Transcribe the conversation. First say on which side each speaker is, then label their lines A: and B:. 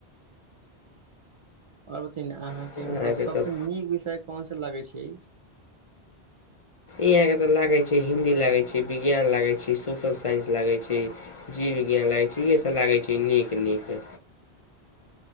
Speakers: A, on the right (about 50°); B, on the left (about 45°).
A: और बताई ने अहाँ
B: अहाँके
A: के मतलब सबसे
B: तऽ
A: नीक विषय कोन से लागे छै।
B: इहां के ते लागे छै हिन्दी लागे छी, विज्ञान लागै छी, सोशल साइंस लागै छी, जीव विज्ञान लागै छी, इहे सब लागै छी नीक-नीक।